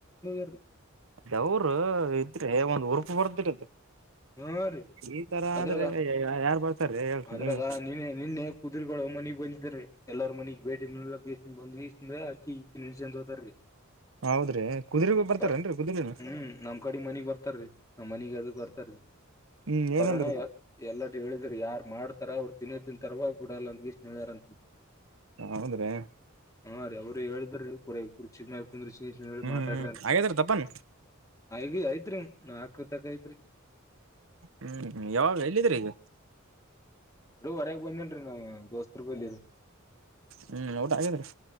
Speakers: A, on the left; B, on the right.
A: ಇರಿ
B: ಅದವರು ಇದ್ರೆ ಒಂದ್ ಉರುಪ ಬರ್ದಿರದು
A: ಹ್ಮ ರೀ
B: ಈ ತರ
A: ಅದ್ರಾಗ
B: ಆದ್ರೆ ಯಾರ್ ಬರ್ತಾರೀ ಹೇಳ್ರಿ
A: ಅದ್ರಾಗ
B: ನೀವೇ
A: ನಿನ್ನೆ ನಿನ್ನೆ ಕುದು್ರಗಳು ಮನೆಗ್ ಬಂದಿದ್ರೀ ಎಲ್ಲಾರ ಮನಗ್ ಬೇಟಿ ನೋಕ್ಷ್ಟ ಬಂದು ಇಷ್ಟ ಅಕ್ಕಿ ಇಕ್ಕಿ ನಿಡ್ಸ ಹತಾರರಿ
B: ಹೌದ್ರಿ ಕುದುರೆ ಬರ್ತಾರೇನ್ರಿ
A: ಬ
B: ಕುದುರೆನು
A: ಹ್ಮ್ ನಮ್ ಕಡೆ ಮನಗ್ ಬರ್ತಾರೀ ನಮ್ಮ್ ಮನಗ್ ಅದಕ್ ಬರ್ತಾರಿ
B: ಹ್ಮ್
A: ಬರಣ
B: ಏನಂದ್ರು
A: ಎಲ್ಲ ಹೇಳಿದ್ರ ಯಾರ್ ಮಾಡ ತರ ಅವ್ರು ತಿನ್ೋತ್ತನ್ ತರವಾಗಿಡಲ್ಲ ಅಂದಷ್ಟಾರ ಅ
B: ಹೌದ್ರಿ
A: ಹಾ ರ ಅವರು ಹೇಳಿದ್ರ ಕೊ ಕುರ್ಚ ಕುಂದ್ರ ಶ್ರೇಶ ಹೇಳಿ
B: ಹ್ಮ್
A: ಮಾತಾಡ್ರ
B: ಹ್ಮ್ ಹಾಗೇದ್ರ ತಪ್ಪನ್
A: ಆಗ ಆಯ್ತ್ರಿ ನಾಲ್ಕ ತಕ ೈತ್ರಿ
B: ಹ್ಮ್ ಯಾವಾಗ ಎಲ್ಲಿದ್ರೆ ಈಗ
A: ರೀ ಹೊರಗ್ ಬಂದೇನ್ರೀ ನಾವ್ ದೋಸ್ತ್ರು ಬಲಿಿರಿ
B: ಹ್ಮ್ ಊಟ ಹಾಗೇದ್ರಿ